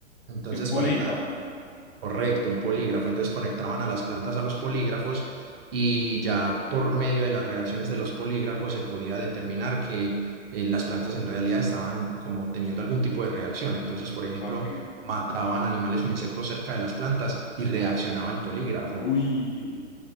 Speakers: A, on the right; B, on the left.
A: Entonces
B: sí, un polígrafo.
A: conectaban, correcto, un polígrafo. Entonces conectaban a las plantas a los polígrafos y ya por medio de las reacciones de los polígrafos se podía determinar que eh, las plantas en realidad estaban como teniendo algún tipo de reacción. Entonces, por ejemplo,
B: Ok.
A: mataban animales o insectos cerca de las plantas y reaccionaba el polígrafo.
B: Uy,